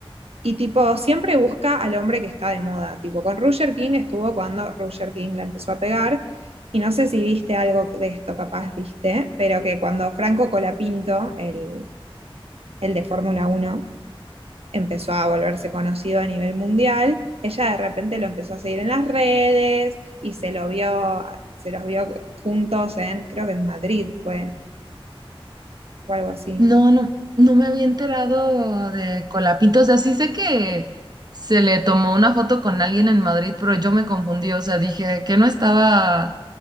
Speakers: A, on the right (about 85°); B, on the right (about 45°).
A: Y tipo, siempre busca al hombre que está de moda. Tipo, con Roger King estuvo cuando Roger King la empezó a pegar. Y no sé si viste algo de esto, capaz viste, pero que cuando Franco Colapinto, el, el de Fórmula Uno, empezó a volverse conocido a nivel mundial, ella de repente lo empezó a seguir en las redes y se lo vio, se los vio juntos en, creo que en Madrid fue, o algo así.
B: No, no, no me había enterado de Colapito. O sea, sí sé que se le tomó una foto con alguien en Madrid, pero yo me confundí. O sea, dije que no estaba